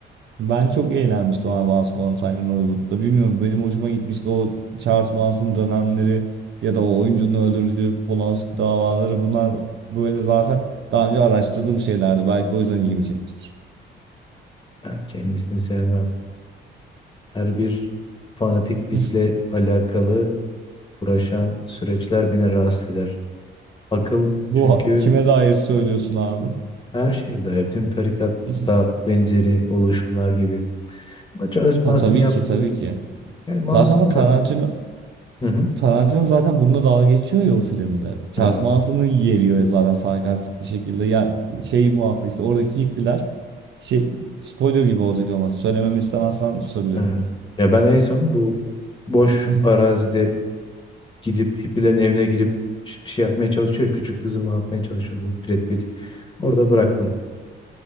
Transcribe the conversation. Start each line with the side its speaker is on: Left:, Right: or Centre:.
Right: Ben çok eğlenmiştim abi Once Upon a Time in Hollywood'da. Bilmiyorum benim hoşuma gitmişti o Charles Manson dönemleri ya da o oyuncunun öldürücü Polanski davaları. Bunlar böyle zaten daha önce araştırdığım şeylerdi. Belki o yüzden ilgimi çekmiştir.
Left: Ben kendisini sevmem. Her bir fanatiklikle
Right: <laughs>
Left: alakalı uğraşan süreçler beni rahatsız eder. Akıl
Right: Bu
Left: çünkü
Right: ha- kime dair söylüyorsun abi?
Left: Her şey dair, tüm tarikatta
Right: <laughs>
Left: benzeri oluşumlar gibi. Ama Charles Manson
Right: Ha tabii
Left: yaptığı
Right: ki tabii ki.
Left: yani masum
Right: Zaten ama
Left: katil.
Right: Tarantino
Left: Hı hı.
Right: Tarantino zaten bununla dalga geçiyor ya o filmde. Charles
Left: Evet,
Right: Manson'ı yeriyor ya zaten sarkastik bir şekilde. Ya şey muhabbet işte oradaki hippiler şey spoiler gibi olacak ama söylememi istemezsen susabilirim.
Left: evet. Ya ben en son bu boş
Right: <laughs>
Left: arazide gidip hippilerin evine girip bir şey yapmaya çalışıyor. Küçük kızım ne yapmaya çalışıyordu Brad Pitt. Orada bıraktım.